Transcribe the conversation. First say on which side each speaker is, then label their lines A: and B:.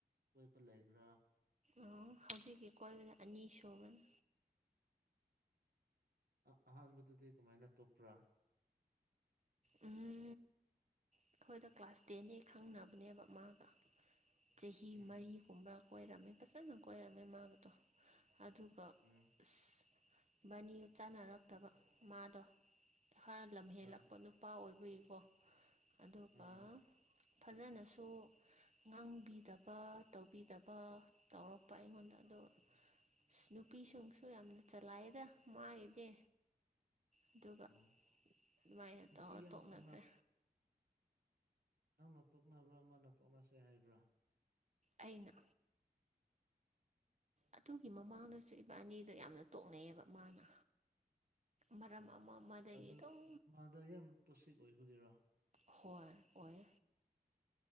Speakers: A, on the right; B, on the right.
A: ꯀꯣꯏꯕ ꯂꯩꯕ꯭ꯔꯥ
B: ꯑꯣ ꯍꯧꯖꯤꯛꯀꯤ ꯀꯣꯏꯕꯗꯨꯅ ꯑꯅꯤꯁꯨꯕꯅꯤ
A: ꯑꯣ ꯑꯍꯥꯟꯕꯗꯨꯗꯤ ꯀꯃꯥꯏꯅ ꯇꯣꯛꯄ꯭ꯔꯥ
B: ꯑ ꯑꯩꯈꯣꯏꯗ ꯀ꯭ꯂꯥꯁ ꯇꯦꯟ ꯍꯦꯛ ꯈꯪꯅꯕꯅꯦꯕ ꯃꯥꯒ ꯆꯍꯤ
A: ꯎꯝ
B: ꯃꯔꯤꯒꯨꯝꯕ꯭ꯔ ꯀꯣꯏꯔꯝꯃꯦ ꯐꯖꯅ ꯀꯣꯏꯔꯝꯃꯦ ꯃꯥꯒꯗꯣ ꯑꯗꯨꯒ
A: ꯎꯝ
B: ꯑꯁ ꯚꯕꯥꯅꯤꯒ ꯆꯥꯟꯅꯔꯛꯇꯕ ꯃꯥꯗꯣ ꯈꯔ ꯂꯝꯍꯦꯜꯂꯛꯄ
A: ꯍꯣꯏ
B: ꯅꯨꯄꯥ ꯑꯣꯏꯕꯒꯤꯀꯣ ꯑꯗꯨꯒ
A: ꯎꯝ
B: ꯐꯖꯅꯁꯨ ꯉꯥꯡꯕꯤꯗꯕ ꯇꯧꯕꯤꯗꯕ ꯇꯧꯔꯛꯄ ꯑꯩꯉꯣꯟꯗ ꯑꯗ ꯑ ꯅꯨꯄꯤꯁꯤꯡꯁꯨ ꯌꯥꯝꯅ ꯆꯂꯥꯏꯑꯗ ꯃꯥꯔꯤꯅꯦ ꯑꯗꯨꯒ
A: ꯑꯣ
B: ꯑꯗꯨꯃꯥꯏꯅ
A: ꯅꯨꯄꯤ
B: ꯇꯧꯔ
A: ꯌꯥꯝ
B: ꯇꯣꯛꯅꯈ꯭ꯔꯦ
A: ꯈꯪꯅ ꯅꯪꯅ ꯇꯣꯛꯅꯕ꯭ꯔꯥ ꯃꯥꯅ ꯇꯣꯛꯅꯁꯦ ꯍꯥꯏꯕ꯭ꯔꯥ
B: ꯑꯩꯅ ꯑꯗꯨꯒꯤ ꯃꯃꯥꯡꯗꯁꯨ ꯏꯕꯥꯅꯤꯗꯣ ꯌꯥꯝꯅ ꯇꯣꯛꯅꯩꯑꯌꯦꯕ ꯃꯥꯅ ꯃꯔꯝ
A: ꯑꯣ
B: ꯑꯃ ꯑꯃꯗꯒꯤ
A: ꯑꯗꯨ
B: ꯑꯗꯨꯝ
A: ꯃꯥꯗ ꯌꯥꯝ ꯇꯣꯁꯤꯛ ꯑꯣꯏꯕꯒꯤꯔꯥ
B: ꯈꯋꯥ ꯑꯣꯏ